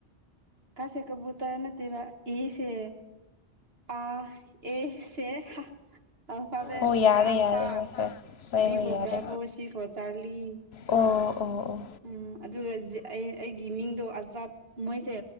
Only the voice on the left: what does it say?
ꯑꯣ ꯌꯥꯔꯦ
ꯌꯥꯔꯦ ꯍꯣꯏ ꯍꯣꯏ ꯍꯣꯏ
ꯍꯣꯏ
ꯌꯥꯔꯦ
ꯑꯣ ꯑꯣ ꯑꯣ